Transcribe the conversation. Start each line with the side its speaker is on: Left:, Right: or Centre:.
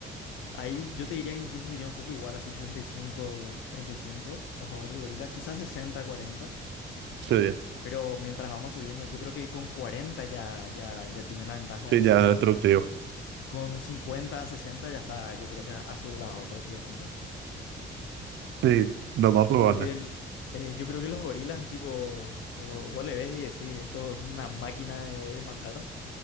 Left: Ahí yo te diría que incluso sería un poco igual, así sesenta y cinco treinta y cinco a favor del gorila. Quizás 60 cuarenta.
Right: Sí,
Left: Pero mientras vamos subiendo, yo creo que con 40 ya, ya, ya tienen la ventaja
Right: sí,
Left: los
Right: ya
Left: humanos.
Right: es destructivo.
Left: Con 50 sesenta ya está, yo creo que asegurado prácticamente.
Right: Sí, lo más probable.
Left: Porque el- eh, yo creo que los gorilas, tipo, o- vos le ves y decís, esto es una máquina de, de matar,